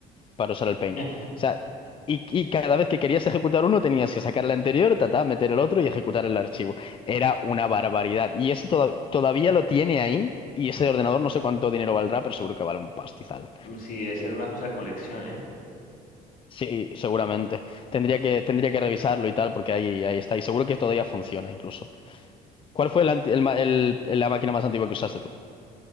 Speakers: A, on the left; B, on the left.
A: para usar el Paint.
B: <laughs>
A: O sea, y, y cada vez que querías ejecutar uno tenías que sacar el anterior, ta ta meter el otro y ejecutar el archivo. Era una barbaridad. Y ese toda- todavía lo tiene ahí y ese ordenador no sé cuánto dinero valdrá, pero seguro que vale un pastizal.
B: Mm, Sí, debe ser una cosa de colección, ¿eh?
A: Sí, seguramente. Tendría que, tendría que revisarlo y tal, porque ahí, ahí está. Y seguro que todavía funciona incluso. ¿Cuál fue el anti- el ma- el- la máquina más antigua que usaste tú?